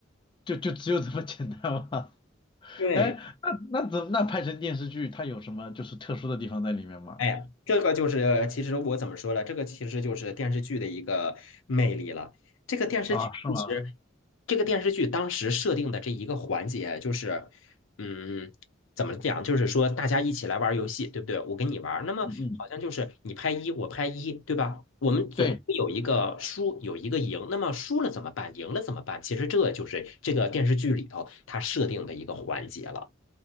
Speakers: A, on the left (about 25°); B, on the left (about 85°).
A: 就就只有这么简单吗？<laughs>
B: 对，
A: 哎，那那怎那拍成电视剧，它有什么就是特殊的地方在里面吗？
B: 哎呀，这个就是，其实我怎么说呢？这个其实就是电视剧的一个魅力了。这个电视剧其实，
A: 啊，是吗？
B: 这个电视剧当时设定的这一个环节就是，嗯，怎么讲？就是说大家一起来玩儿游戏，对不对？我跟你玩儿那么好像就是你拍一，
A: 嗯嗯，
B: 我拍一，对吧？我们总会有一个输，
A: 对
B: 有一个赢。那么输了怎么办？赢了怎么办？其实这就是这个电视剧里头它设定的一个环节了。